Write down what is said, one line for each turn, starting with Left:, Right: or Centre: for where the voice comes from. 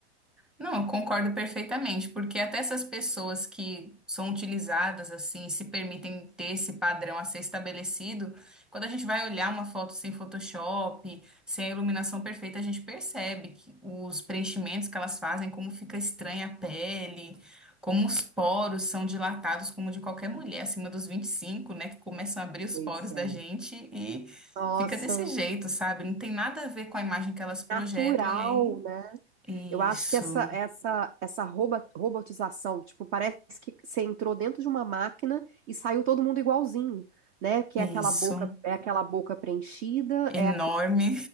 Centre: Não, eu concordo perfeitamente, porque até essas pessoas que são utilizadas assim, se permitem ter esse padrão a ser estabelecido, quando a gente vai olhar uma foto sem Photoshop, sem a iluminação perfeita, a gente percebe que os preenchimentos que elas fazem, como fica estranha a pele, como os poros são dilatados, como de qualquer
Right: acha?
Centre: mulher acima dos 25, né, que começam a abrir os
Right: Pois
Centre: poros da
Right: é.
Centre: gente e
Right: Nossa,
Centre: fica desse jeito, sabe? Não tem nada a ver com a imagem que elas projetam
Right: natural,
Centre: e aí.
Right: né?
Centre: Isso.
Right: Eu acho que essa essa essa roba- robotização, tipo, parece que você entrou dentro de uma máquina e saiu todo mundo igualzinho, né? Que
Centre: Isso,
Right: é aquela boca, é aquela boca preenchida,
Centre: enorme.
Right: é